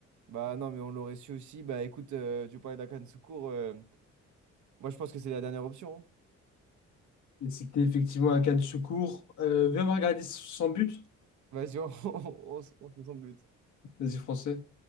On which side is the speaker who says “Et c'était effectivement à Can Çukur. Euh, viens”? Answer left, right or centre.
Left